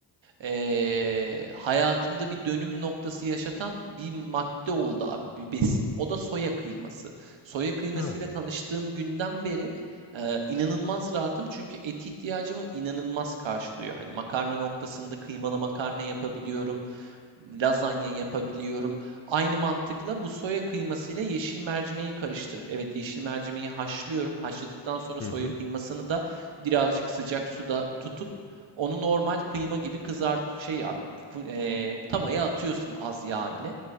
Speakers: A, on the right; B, on the left.
A: eee, hayatımda bir dönüm noktası yaşatan bir madde oldu abi bir besin. O da soya kıyması. Soya kıymasıyla
B: Aa.
A: tanıştığım günden beri eee, inanılmaz rahatım çünkü et ihtiyacımı inanılmaz karşılıyor. Hani makarna noktasında kıymalı makarna yapabiliyorum lazanya yapabiliyorum. Aynı mantıkla bu soya kıymasıyla yeşil mercimeği karıştırıp, evet yeşil mercimeği haşlıyorum. Haşladıktan sonra soya
B: Hı hı.
A: kıymasını da birazcık sıcak suda tutup onu normal kıyma gibi kızart şey abi bu- e, tavaya atıyorsun az yağ ile.